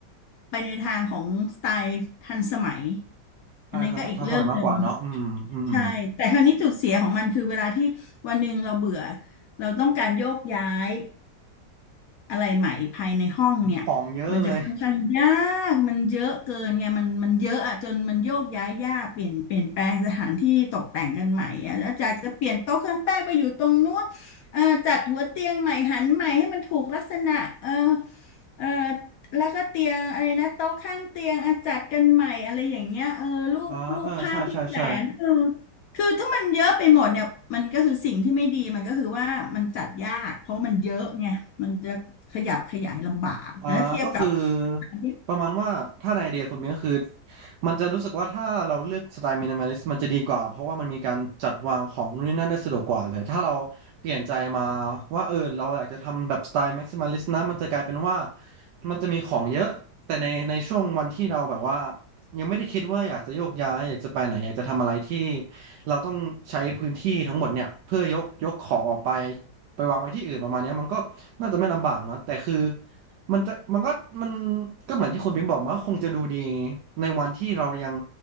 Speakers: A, on the left; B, on the right.
A: ไปในทางของสไตล์ทันสมัย
B: ใช่ทันทันสมัยมากกว่าเนาะอืมอืม
A: อันนั้นก็อีกเรื่องหนึ่ง
B: อืม
A: ใช่แต่คราวนี้จุดเสียของมันคือเวลาที่วันหนึ่งเราเบื่อเราต้องการโยกย้าย อะไรใหม่ภายในห้องเนี่ยมันจะค่อนข้างยากมันเยอะเกินไงมันมันเยอะอะจนมันโยกย้ายยากเปลี่ยนเปลี่ยนแปลงสถานที่ตกแต่งกันใหม่อะอาจารย์จะเปลี่ยนโต๊ะเครื่องแป้งไปอยู่ตรงนู้นเอ่อจัดหัวเตียงใหม่หันใหม่ให้มันถูกลักษณะเออ
B: ของเยอะเลย
A: เออแล้วก็เตียงอะไรนะโต๊ะข้างเตียงอะจัดกันใหม่อะไรอย่างเงี้ยเออรูปรูปภาพที่แขวนเออ
B: อ่าเออ ใช่ใช่ใช่
A: คือถ้ามันเยอะไปหมดเนี่ยมันก็คือสิ่งที่ไม่ดีมันก็คือว่ามันจัดยากเพราะมันเยอะไงมันจะขยับขยายลำบากแต่ถ้าเทียบกับ
B: อ่าก็คือ
A: อันที่
B: ประมาณว่าถ้าในไอเดียคุณเมียก็คือมันจะรู้สึกว่าถ้าเราเลือกสไตล์มินิมอลิสต์มันจะดีกว่าเพราะว่ามันมีการจัดวางของนู่นนี่นั่นได้สะดวกกว่าเลยถ้าเราเปลี่ยนใจมาว่าเออเราอยากจะทำแบบสไตล์แม็กซิมัลิสต์นะมันจะกลายเป็นว่ามันจะมีของเยอะแต่ในในช่วงวันที่เราแบบว่ายังไม่ได้คิดว่าอยากจะโยกย้ายอยากจะไปไหนอยากจะทำอะไรที่เราต้องใช้พื้นที่ทั้งหมดเนี่ยเพื่อยกยกของออกไปไปวางไว้ที่อื่นประมาณเนี้ยมันก็น่าจะไม่ลำบากเนาะแต่คือ มันจะมันก็มันก็เหมือนที่คุณพิมพ์บอกมาว่าคงจะดูดีในวันที่เรายัง